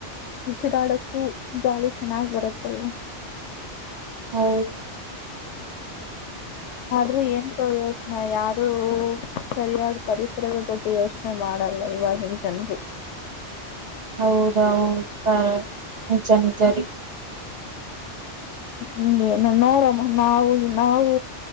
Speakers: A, on the left; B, on the right.
A: ಉಸಿರಾಡಕ್ಕೂ ಗಾಳಿ ಚೆನ್ನಾಗ್ ಬರುತ್ತಲ್ವಾ
B: ಹೌದ್
A: ಆದ್ರೂ ಏನ್ ಯೋಚನೆ ಯಾರೂ ಸರಿಯಾಗಿ ಪರಿಸರದ ಬಗ್ಗೆ ಯೋಚನೆ ಮಾಡಲ್ಲ ಇವಾಗಿನ್ ಜನ್ರು
B: ಹೌದೌದು ನಿಚ ನಿಚ ರೀ
A: ಹ್ಮ್ ಏನು ನೋಡಮ್ಮ ನಾವು ನಾವು